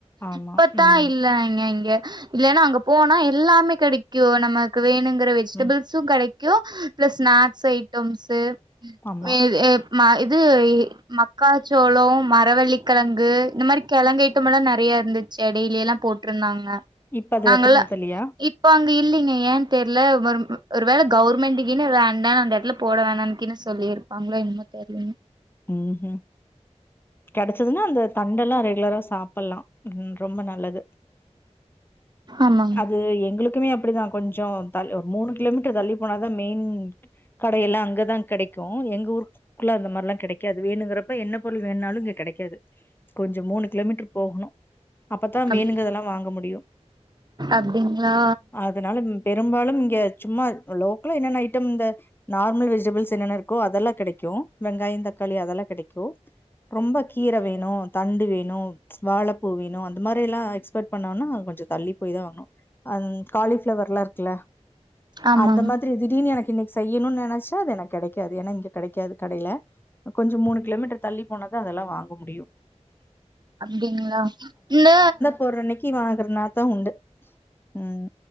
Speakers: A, on the left; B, on the right.
A: ஆமா
B: இப்பத்தா
A: ம்
B: இல்ல இங்க இங்க இல்லன்னா அங்க போனா எல்லாமே கெடிக் கோ நமக்கு வேணுங்கிற வெஜிடபிள்ஸும்
A: ம்
B: கடைக்கோ பிளஸு ஸ்நாக்ஸ் ஐட்டம்ஸு
A: ஆமா
B: வே எ மா இது மக்காச்சோளோ மரவள்ளிக்கெழங்கு இந்த மாரி கெழங்கு ஐட்டம்லா நறையா இருந்துச்சு எடையில எல்லா போட் ட்ருந்தாங்க
A: இப்ப அது
B: நாங்கெல்லா
A: வைக்கறது இல்லையா
B: இப் இப்ப அங்க இல்லீங்க ஏ தெர்ல ஒரு ஒரு வேல கவுர்மெண்ட்கீன்னு வேண்டா அந்த எடத்துல வேணாங்கீனு சொல்லிரு அவுங்களா என்னமோ தெர்லயுங்க
A: ம் கெடைச்சதுன்னா அந்த தண்டெல்லா ரெகுலரா சாப்பலா ரொம்ப நல்லது
B: ஆமாங்
A: அது எங்குளுக் குமே அப்டிதா கொஞ்சோ தள் ஒரு மூணு கிலோமீட்டர் தள்ளி போனாதா மெயின் கடையெல்லா அங்கதா கெடைக்கோ எங்க ஊருக்குள்ள அந்த மாரிலா கெடைக் காது வேணுங்கறப்ப என்ன பொருள் வேணுனாலு இங்க கெடைக்காது கொஞ்சோ மூணு கிலோமீட்டர் போகணோ அப்பத்தா
B: அப்
A: வேணுங்கறதெல்லா வாங்க முடியு
B: அப்டிங்களா
A: அ இதனால பெரும்பாலும் இங்க சும்மா லோக்கலா என்னென்ன ஐட்டம் இந்த நார்மல் விஜிடேபுள்ஸ் என்னென்ன இருக்கோ அதெல்லா கெடைக்கோ வெங்காய தக்காளி அதெல்லா கெடைக்கோ ரொம்ப கீர வேணோ தண்டு வேணோ வாழப்பூ வேணோ அந்த மாரி எல்லா எக்ஸ்பெட் பண்ணோம்னா கொஞ்சோ தள்ளி போய்தா வாங்னோ அன் காலிஃப்ளவர் லா இருக்குல்ல
B: ஆமாங்
A: அந்த மாரி திடீனு எனக்கு இன்னைக்கி செய்யணோனு நெனைச்சா அது எனக்கு கெடைக்காது ஏன்னா இங்க கெடைக்காது கடையில கொஞ்சோ மூணு கிலோமீட்டர் தள்ளி போனாதா அதெல்லா வாங்க முடியு
B: சாப்டீங்ளா இந்த
A: போர்ற அன்னக்கி வாங்கர்னாதா உண்டு உம்